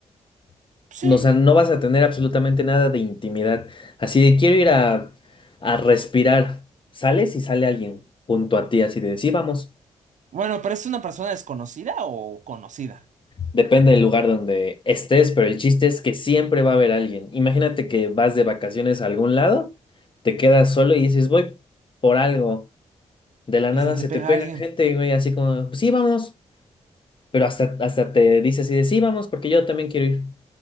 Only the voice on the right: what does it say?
Sí.
Bueno, pero es una persona desconocida o conocida.
¿Y se te
pega
alguien?